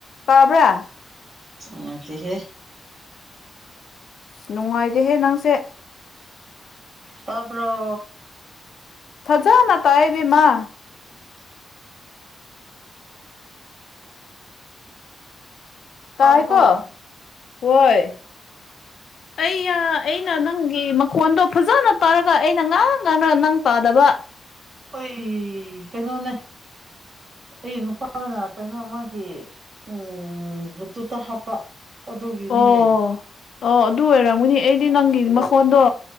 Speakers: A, on the left; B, on the right.
A: ꯇꯕ꯭ꯔꯥ
B: ꯉꯥꯏꯇꯍꯦ
A: ꯑꯁ ꯅꯨꯡꯉꯥꯏꯇꯦꯍꯦ ꯅꯪꯁꯦ
B: ꯇꯕꯔꯣ
A: ꯊꯖꯥꯅ ꯇꯥꯏ ꯏꯕꯝꯃꯥ
B: <inaudible>
A: ꯇꯥꯏ
B: ꯇꯥꯏꯀꯣ
A: ꯀꯣ ꯍꯣꯏ ꯑꯩꯅ ꯑꯩꯅ ꯅꯪꯒꯤ ꯐꯣꯟꯗꯣ ꯐꯖꯅ ꯇꯥꯔꯒ ꯑꯩꯅ ꯉꯥꯡ ꯉꯥꯡꯅ ꯅꯪ ꯇꯥꯗꯕ
B: ꯑꯩꯣꯏ ꯀꯩꯅꯣꯅꯦ ꯑꯩ ꯅꯨꯄꯥꯅ ꯀꯩꯅꯣ ꯃꯥꯒꯤ ꯎ ꯕ꯭ꯂꯨꯇꯨꯠꯇ ꯍꯥꯞꯄ ꯑꯗꯨꯒꯤꯅꯤꯅꯦ
A: ꯑꯣ ꯑꯣ ꯑꯗꯨ ꯑꯣꯏꯔꯝꯒꯅꯤ ꯑꯩꯗꯤ
B: ꯁꯥꯎꯅꯤꯡꯉꯤꯗꯣ
A: ꯅꯪꯒꯤ ꯃꯈꯣꯟꯗꯣ